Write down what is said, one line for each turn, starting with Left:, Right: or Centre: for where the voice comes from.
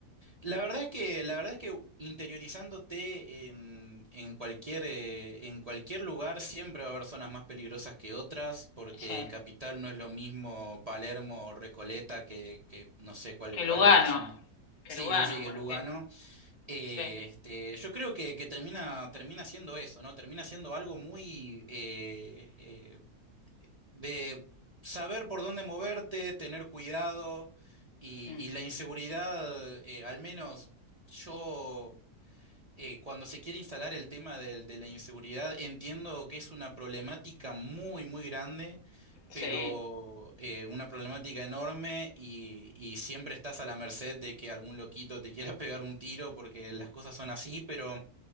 Right: la verdad es que, la verdad es que interiorizándote en, en cualquier, eh, en cualquier lugar siempre va a haber zonas más peligrosas que otras, porque
Left: Sí.
Right: en Capital no es lo mismo Palermo o Recoleta que, que no sé cuál,
Left: Que
Right: cuál
Left: Lugano,
Right: otra zona.
Left: que
Right: Sí,
Left: Lugano,
Right: sí, sí, que
Left: por
Right: Lugano.
Left: ejemplo.
Right: Eh,
Left: Sí,
Right: este, yo creo que, que termina, termina siendo eso, ¿no? Termina siendo algo muy eh, eh, de saber por dónde moverte, tener cuidado y,
Left: mm,
Right: y la inseguridad, eh, al menos yo, eh, cuando se quiere instalar el tema del- de, la inseguridad, entiendo que es una problemática muy, muy grande
Left: sí,
Right: pero eh, una problemática enorme y, y siempre estás a la merced de que algún loquito te quiera <laughs> pegar un tiro porque las cosas son así, pero